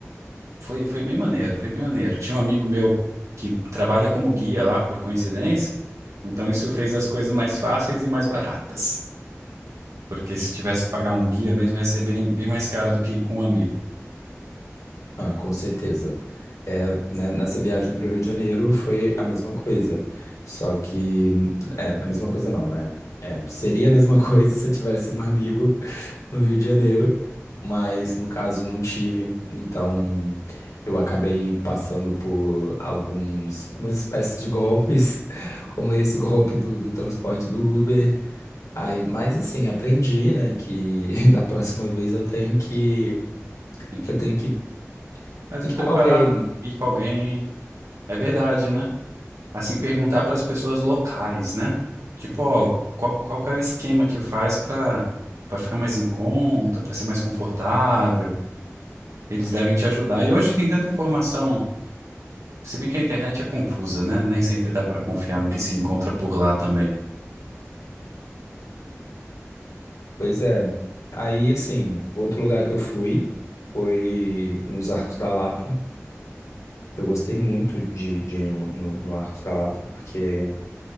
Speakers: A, on the right (about 75°); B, on the left (about 80°).
A: Foi, foi bem maneiro, foi bem maneiro. Tinha um amigo meu que trabalha como guia lá, por coincidência, então isso fez as coisas mais fáceis e mais baratas. Porque se tivesse que pagar um guia mesmo, ia ser bem, bem mais caro do que com um amigo.
B: Ah, com certeza. É, né, nessa viagem para o Rio de Janeiro foi a mesma coisa. Só que. É, a mesma coisa não, né? É, seria a mesma <laughs> coisa se eu tivesse um amigo no Rio de Janeiro, mas no caso não tive. Então eu acabei passando por alguns, algumas espécies de golpes, <laughs> como esse golpe do, do transporte do Uber. Aí, mas assim, aprendi, né, que <laughs> da próxima vez eu tenho que.
A: Tem que,
B: Eu tenho que.
A: mas
B: E que
A: preparar,
B: com alguém
A: ir com alguém, é verdade, né? assim, perguntar para as pessoas locais, né? Tipo, ó, qual, qual que é o esquema que faz para para ficar mais em conta, para ser mais confortável? Eles devem te ajudar. E hoje tem tanta informação, se bem que a internet é confusa, né? Nem sempre dá para confiar no que se encontra por lá também.
B: Pois é. Aí, assim, outro lugar que eu fui foi nos Arcos da Lapa. Eu gostei muito de, de ir no, no, no Arcos da Lapa, porque,